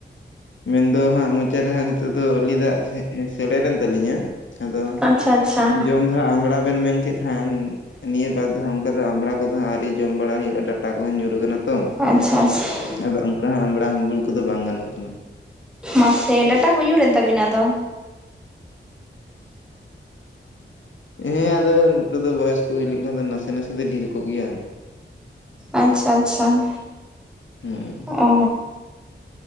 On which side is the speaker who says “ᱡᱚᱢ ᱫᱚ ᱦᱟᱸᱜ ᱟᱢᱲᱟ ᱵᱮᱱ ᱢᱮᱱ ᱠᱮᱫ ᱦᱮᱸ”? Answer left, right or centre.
Left